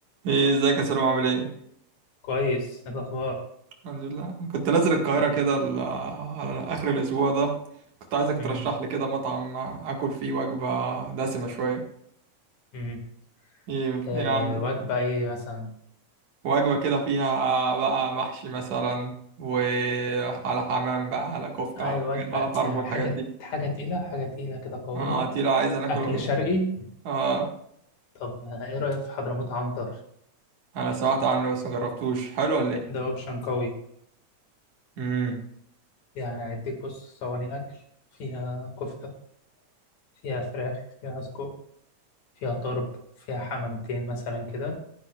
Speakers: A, on the right (about 70°); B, on the left (about 65°).
A: ايه ازيك يا سلام عامل ايه
B: كويس إيه الأخبار
A: الحمد لله كنت نازل القاهرة كده ال- على اخر الاسبوع ده كنت عايزك ترشح
B: امم
A: لي كده مطعم اكل فيه وجبة دسمة شوية
B: امم
A: ايه
B: آه
A: ايه عندك
B: وجبة إيه مثلا
A: وجبة كده فيها بقى محشي مثلا وعلى حمام بقى على كفتة
B: أي
A: على
B: وجبة
A: على طرب
B: يعني
A: والحاجات
B: حاجة
A: دي
B: حاجة تقيلة حاجة تقيلة كده قوية
A: اه تقيلة عايز انا اكل
B: أكل
A: وم-
B: شرقي
A: اه
B: طب آه، إيه رأيك في حضرموت عنتر
A: انا سمعت عنه بس ما جربتوش حلو ولا ايه
B: ده أوبشن قوي
A: امم
B: يعني هيديك بص صواني أكل فيها كفتة فيها فراخ فيها سجق فيها طرب فيها حمامتين مثلا كده